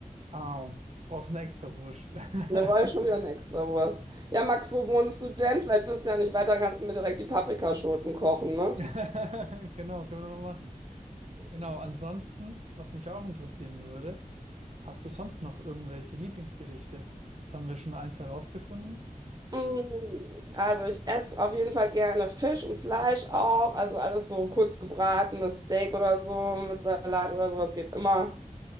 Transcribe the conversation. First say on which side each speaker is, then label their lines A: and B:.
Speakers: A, on the right (about 50°); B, on the right (about 30°).
A: ah, brauchst eine Extrawurst.
B: Da
A: <laughs>
B: brauche ich schon wieder eine Extrawurst. Ja, Max, wo wohnst du denn? Vielleicht bist du ja nicht weiter dann kannst du mir direkt die Paprikaschoten kochen, ne?
A: Genau, können wir mal machen. Genau, ansonsten, was mich auch interessieren würde, hast du sonst noch irgendwelche Lieblingsgerichte? Jetzt haben wir schon eins herausgefunden.
B: Mm, Also ich esse auf jeden Fall gerne Fisch und Fleisch auch. Also alles so kurz gebratenes Steak oder so mit Salat oder sowas geht immer.